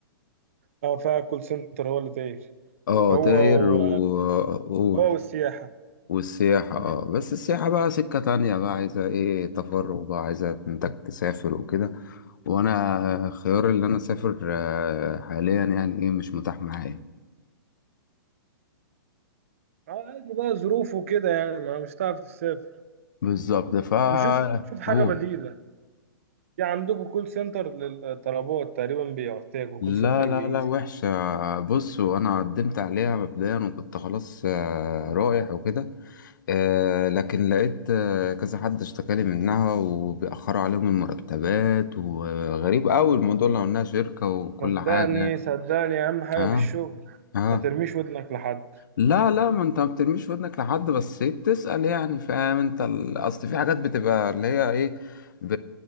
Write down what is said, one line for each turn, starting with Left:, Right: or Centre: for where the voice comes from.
Right: اه فكول سنتر هو اللي داير
Left: اه
Right: هو
Left: داير وقول
Right: و... هو والسياحه
Left: والسياحة اه بس السياحة بقى سكة تانية بقى عايزة ايه تفرغ بقى عايزة انتك تسافر وكده وانا آه، خيار اللي انا اسافر آه، حاليا يعني ايه مش متاح معايا
Right: آه، عادي بقى ظروف وكده يعني ما مش هتعرف تسافر
Left: بالظبط ف
Right: نشوف نشوف حاجة
Left: هو
Right: بديلة في عندكم كول سنتر للطلبات تقريبا بيحتاجوا
Left: لا
Right: كول سنتر
Left: لا
Right: انجليزي
Left: لا وحشة بص وأنا قدمت عليها مبدئيا وكنت خلاص آه، رايح وكده آه، لكن لقيت آه، كذا حد اشتكالي منها وبيأخروا عليهم المرتبات وغريب أوي الموضوع لو إنها شركة وكل
Right: صدقني
Left: حاجة
Right: صدقني اهم حاجة
Left: اه
Right: في الشغل
Left: اه
Right: ما ترميش ودنك لحد
Left: لا لا ما انت ما بترميش ودنك لحد بس ايه بتسأل يعني فاهم انت ال- اصل في حاجات بتبقى اللي هي ايه ب...